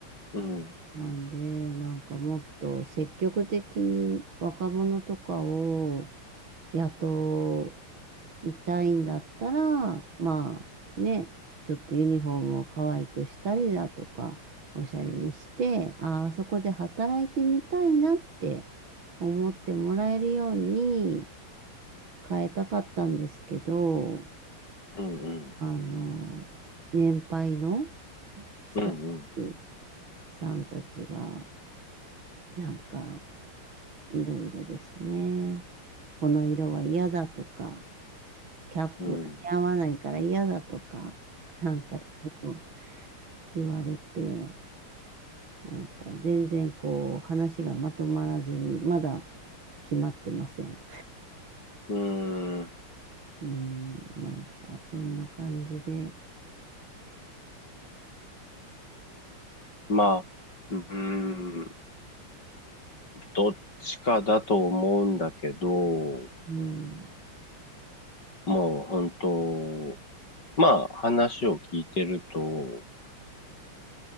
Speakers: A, on the left; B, on the right.
A: うん。
B: なんで、なんかもっと積極的に若者とかを雇いたいんだったら、まあね、ちょっとユニフォームを可愛くしたりだとか、おしゃれにして、ああ、そこで働いてみたいなって思ってもらえるように変えたかったんですけど、
A: うんうん。
B: あの、年配のスタッフ
A: うんうん。
B: さんたちが、なんか、いろいろですね。この色は嫌だとか、キャップが似合わないから嫌だとか、
A: うん
B: <laughs> なんかいろいろ言われて、なんか全然こう話がまとまらずに、まだ決まってません。
A: うん。うん。
B: うん、なんかそんな感じで、
A: まあ、うん。どっちかだと思うんだけど、
B: うん、
A: もう本当、まあ話を聞いてると、